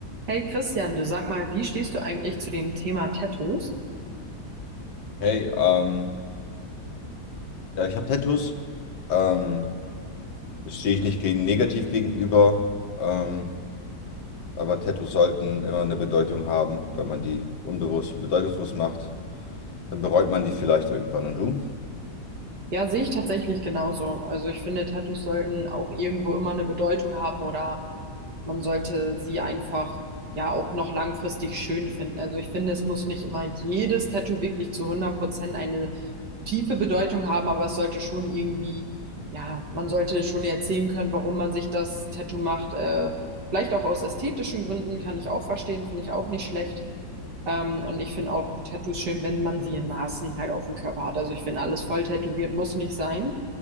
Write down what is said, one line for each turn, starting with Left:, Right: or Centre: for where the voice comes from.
Right: Hey Christian, du sag mal, wie stehst du eigentlich zu dem Thema Tattoos?
Left: Hey, ähm, ja, ich habe Tattoos. Ähm, das stehe ich nicht gegen negativ gegenüber. Ähm, aber Tattoos sollten immer eine Bedeutung haben. Wenn man die unbewusst und bedeutungslos macht, dann bereut man die vielleicht irgendwann. Und du?
Right: Ja, sehe ich tatsächlich genauso. Also ich finde, Tattoos sollten auch irgendwo immer eine Bedeutung haben oder man sollte sie einfach ja auch noch langfristig schön finden. Also ich finde, es muss nicht immer jedes Tattoo wirklich zu hundert Prozent eine tiefe Bedeutung haben, aber es sollte schon irgendwie, ja, man sollte schon erzählen können, warum man sich das Tattoo macht. Äh, vielleicht auch aus ästhetischen Gründen, kann ich auch verstehen, finde ich auch nicht schlecht. Ähm, und ich finde auch Tattoos schön, wenn man sie in Maßen halt auf dem Körper hat. Also ich finde, alles voll tätowiert muss nicht sein.